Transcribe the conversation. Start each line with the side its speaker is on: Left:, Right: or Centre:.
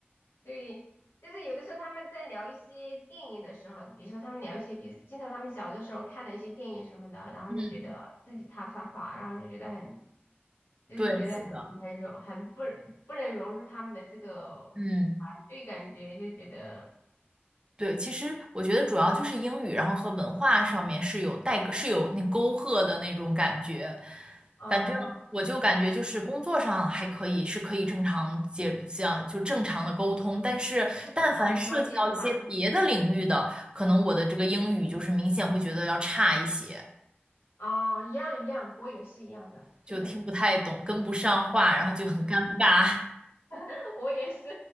Left: 对，就是有的时候他们在聊一些电影的时候，比如说他们聊一些，比如经常他们小的时候看的一些电影什么的，然后就觉得自己插不上话，
Right: 嗯，
Left: 然后就觉得很。就是觉得很很融，
Right: 对，是的，
Left: 很不不能融入他们的这个团队感觉，
Right: 嗯，
Left: 就觉得
Right: 对，其实我觉得主要就是英语，然后和文化上面是有代沟，是有那沟壑的那种感觉。
Left: 哦，
Right: 反正我就感觉就是工作上还可以，是可以正常接这样就正常的沟通。但是但凡涉及到一些别的领域的，
Left: 就是正常的交接是吧？
Right: 可能我的这个英语就是明显会觉得要差一些，
Left: 啊，一样一样，我也是一样的，真的。
Right: 就听不太懂，跟不上话，然后就很尴尬。
Left: <laughs> 我也是，